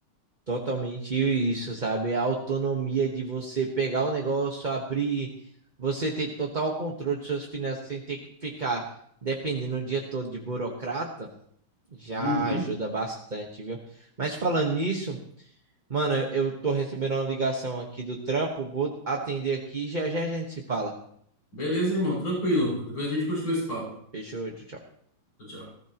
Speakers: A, on the right; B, on the left.
A: Totalmente isso, sabe? É A autonomia de você pegar o negócio, abrir, você ter total controle de suas finanças sem ter que ficar dependendo o dia todo de burocrata, já
B: Uhum.
A: ajuda bastante, viu? Mas falando nisso, mano, eu tô recebendo uma ligação aqui do trampo, vou atender aqui e já já a gente se fala.
B: Beleza, irmão, tranquilo. Depois a gente continua esse papo.
A: Fechou, tchau, tchau.
B: Tchau, tchau.